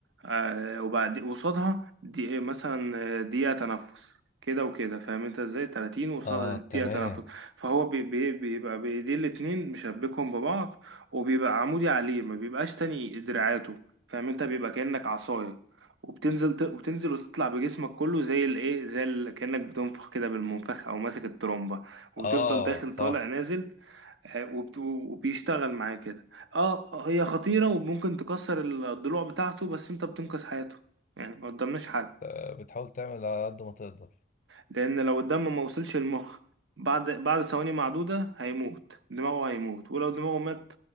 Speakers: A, on the right (about 75°); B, on the left (about 40°).
A: آه، وبعد قصادها دي مثلا آه، دقيقة تنفس كده وكده فاهم انت ازاي 30 وقصادها
B: اه
A: دقيقة
B: تمام
A: تنفس فهو بي- بي- بيبقى بيدي الاتنين مشبكهم ببعض وبيبقى عمودي عليه ما بيبقاش تاني دراعاته فاهم انت بيبقى كأنك عصاية وبتنزل ت- وبتنزل وتطلع بجسمك كله زي الايه زي ال... كأنك بتنفخ كده بالمنفخ او ماسك الترومبه وتفضل
B: اه
A: داخل
B: صح
A: طالع نازل آه، وبت... وبيشتغل معاه كده اه آه، هي خطيره وممكن تكسر الضلوع بتاعته بس انت بتنقذ حياته يعني ما قدامناش حل
B: آه، بتحاول تعمل على قد ما تقدر
A: لان لو الدم ما وصلش المخ بعد بعد ثواني معدوده هيموت دماغه هيموت ولو دماغه مات